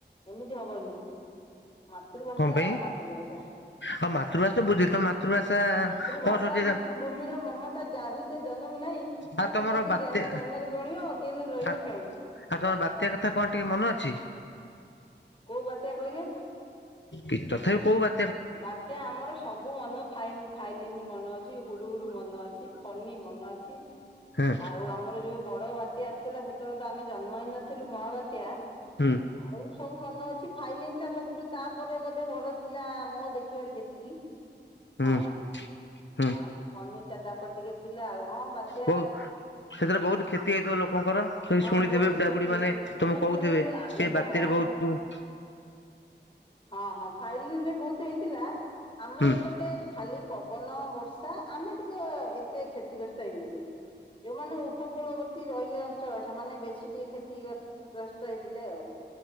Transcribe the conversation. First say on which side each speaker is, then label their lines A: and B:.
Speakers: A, on the left (about 30°); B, on the left (about 85°).
A: ଏମିତି ହବନି ମାତୃଭାଷା
B: କଣ ପାଇଁ
A: ମାତୃଭାଷା।
B: ଆଉ ମାତୃଭାଷା ତ ବୁଝେ ତ ମାତୃଭାଷା
A: ମାତୃଭାଷା
B: କଣ ସଚେଇ
A: ମାତୃଭୂମିର ମମତା ଯାହୁଦ ଜନ୍ମିମି ନାହିଁ।
B: ଆଉ
A: ତାକୁ
B: ତମର
A: ଯଦି
B: ବାତ୍ୟା
A: ଜ୍ଞାନୀ ଜ୍ଞାନରେ ଗଣିବ ଅଜ୍ଞାନରେ ରହିବେ
B: ଆ
A: କାହିଁ।
B: ଆଉ ତମର ବାତ୍ୟା କଥା କଣ ଟିକେ ମନ ଅଛି।
A: କୋଉ ବାତ୍ୟା କହିଲେ
B: କି ତଥାପି କୋଉ ବା
A: ବାତ୍ୟା ଆମର ସବୁ ମନ ଫ ଫାଇଲିନ ମନ ଅଛି ହୁଡୁ ହୁଡୁ ମନ ଅଛି। ଫନି ମନ ଅଛି
B: ହୁଁ
A: ଆଉ ଆମର ଯୋଉ ବଡ ବା ତ୍ୟା ଆସିଥିଲା ସେତେବେଳେ ତ ଆମେ ଜନ୍ମ ହେଇନଥିଲୁ ମହାବାତ୍ୟା।
B: ହୁଁ।
A: ଆଉ ସବୁ ମନେ ଅଛି ଫାଇଲିନ୍ ଟା ସବୁଠୁ ତାପରେ ବୋଧେ ବଡ ଥିଲା। ମୋ ଦେଖିବାରେ ଯେତିକି
B: ହୁଁ
A: ହଁ
B: ହୁଁ
A: ଆଉ ଫନି ଟା ତାପରେ ଟିକେ ଥିଲା ଆଉ ହଁ ବାତ୍ୟା।
B: କୋଉ ସେଥିରେ ବହୁତ କ୍ଷତି ହେଇଥିବ ଲୋକଙ୍କର ସେ
A: ହଁ
B: ଶୁଣିଥିବେ
A: ବହୁତ
B: ବୁଢାବୁଢୀ
A: କ୍ଷତି
B: ମାନେ
A: ହେଇଛି
B: ତମେ
A: ହଁ
B: କହୁଥିବେ
A: ଶୁଣିଛୁ
B: ଏ
A: ଆମେ ତ
B: ବାତ୍ୟାରେ
A: ମହାବାତ୍ୟା
B: ବହୁତ <unintelligible>
A: ହଁ ହଁ ଫାଇଲିଲେ ବହୁତ ହେଇଥିଲା ଆମ
B: ହୁଁ
A: ଏପଟେ ଖାଲି ପବନ ବର୍ଷା ଆମେ ଟିକେ ଏତେ କ୍ଷତିଗ୍ରସ୍ତ ହେଇନଥିଲୁ। ଯୋଉମାନେ ଉପକୂଳବର୍ତ୍ତୀ ରହିଲେ ଅଞ୍ଚଳ ସେମାନେ ବେଶୀ ଟିକେ କ୍ଷତି ଗ୍ରସ୍ତ ହେଇଥିଲେ ଆଉ।